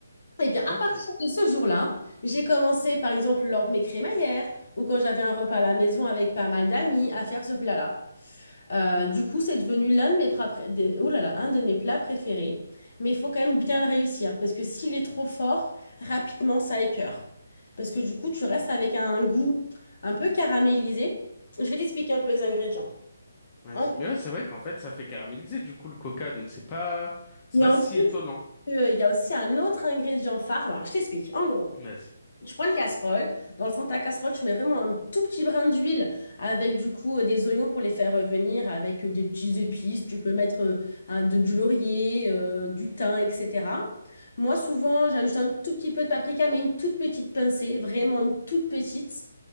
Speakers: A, on the left; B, on the left.
A: Eh bien, à
B: ok.
A: partir de ce jour-là, j'ai commencé, par exemple, lors de mes crémaillères ou quand j'avais un repas à la maison avec pas mal d'amis, à faire ce plat-là. Euh, du coup, c'est devenu l'un de mes plats, pré- des- oh là là, un de mes plats préférés. Mais il faut quand même bien le réussir parce que s'il est trop fort, rapidement, ça écœure. Parce que du coup, tu restes avec un goût un peu caramélisé. Je vais t'expliquer un peu les ingrédients.
B: Vas-y.
A: En-
B: Mais ouais, c'est vrai qu'en fait, ça fait caraméliser du coup le coca, donc c'est pas, c'est
A: Mais
B: pas
A: en
B: si
A: plus,
B: étonnant.
A: euh, il y a aussi un autre ingrédient phare. Alors, je t'explique. En gros.
B: Vas-y.
A: Je prends une casserole. Dans le fond de ta casserole, tu mets vraiment un tout petit brin d'huile avec du coup euh, des oignons pour les faire revenir, avec euh, des petits épices. Tu peux mettre euh, un- de- du laurier, euh, du thym, etc. Moi, souvent, j'ajoute un tout petit peu de paprika, mais une toute petite pincée, vraiment une toute petite.